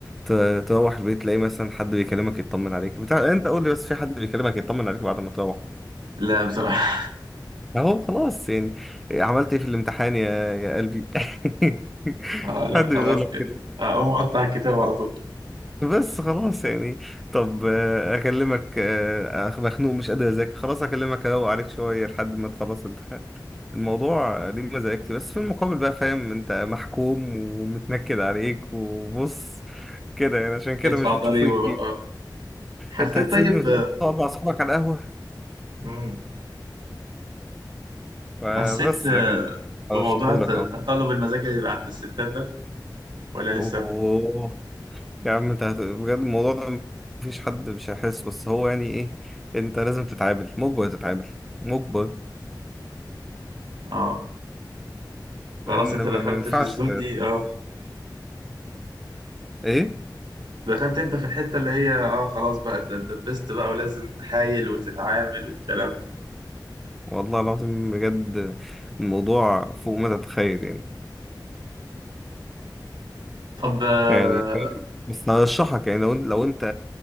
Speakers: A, in the centre; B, on the right (about 75°).
A: ت- تروح البيت تلاقي مثلا حد بيكلمك يطمن عليك بتاع انت قول لي بس في حد بيكلمك يطمن عليك بعد ما تروح
B: لا بصراحه <laughs>
A: اهو خلاص يعني عملت ايه في الامتحان يا يا قلبي <laughs>
B: اه لا
A: حد
B: خلاص
A: بيقول لك
B: كده
A: كده
B: اه، اقوم اقطع الكتاب على طول
A: بس خلاص يعني طب آه، اكلمك آه، أخ- مخنوق مش قادر اذاكر خلاص اكلمك اروق عليك شويه لحد ما تخلص الامتحان الموضوع آه، ليه مزاجتي بس في المقابل بقى فاهم انت محكوم ومتنكد عليك وبص كده يعني عشان كده
B: ادفع
A: مش بتشوفوني
B: ضريبه
A: كتير
B: بقى اه. حسيت
A: انت هتسيبني
B: طيب
A: وتقعد مع اصحابك على القهوه
B: آه،
A: فبس
B: حسيت آه،
A: لكن
B: بموضوع
A: ارشحهولك
B: ت- تقلب
A: اه
B: المزاج اللي بيبقى عند الستات ده ولا لسه؟
A: اوه يا عم انت هت... بجد الموضوع ده مفيش حد مش هيحس بس هو يعني ايه انت لازم تتعامل مجبر تتعامل مجبر
B: اه خلاص
A: لان
B: انت
A: ما,
B: دخلت
A: ما ينفعش
B: في الزون دي اه
A: ايه
B: دخلت انت في الحتة اللي هي اه خلاص بقى انت انت اتدبست بقى ولازم تحايل وتتعامل والكلام ده
A: والله العظيم بجد الموضوع فوق ما تتخيل يعني
B: طب آه،
A: يعني فاهم؟ بس هرشحك يعني لو انت لو انت